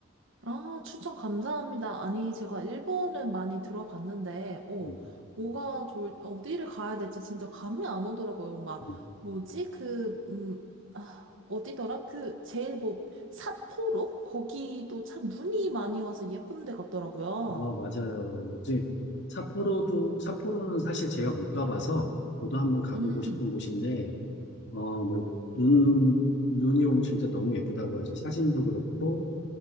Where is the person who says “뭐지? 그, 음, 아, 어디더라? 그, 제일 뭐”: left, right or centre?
Right